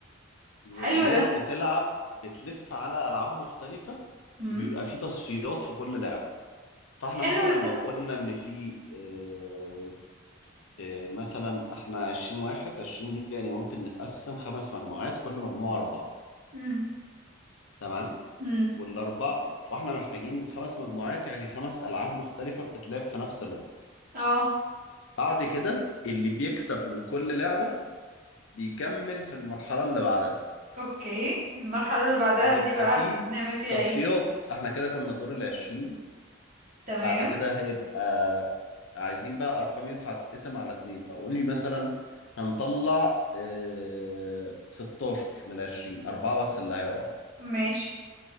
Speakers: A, on the left; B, on the right.
A: والناس
B: حلو ده
A: بتلعب بتلف على ألعاب مختلفة
B: مم.
A: وبيبقى في تصفيات في كل لعبة فاحنا
B: حلو
A: مثلا لو
B: ده
A: قلنا إن في آه، إيه، مثلا احنا 20 واحد 20 دي يعني ممكن نتقسم خمس مجموعات كل مجموعة أربعة
B: مم.
A: تمام
B: مم.
A: والأربعة فاحنا محتاجين خمس مجموعات يعني خمس ألعاب مختلفة بتتلعب في نفس الوقت
B: اه
A: بعد كده اللي بيكسب من كل لعبة بيكمل في المرحلة اللي بعدها
B: اوكي المرحلة اللي بعدها
A: فبيبقى
B: دي بقى
A: فيه
B: بنعمل فيها
A: تصفيات
B: ايه
A: احنا كده كنا دور ال 20
B: تمام
A: بعد كده هيبقى عايزين بقى أرقام ينفع تتقسم على اتنين فقول لي مثلا هنطلع اه 16 من ال 20 أربعة بس اللي هيقع
B: ماشي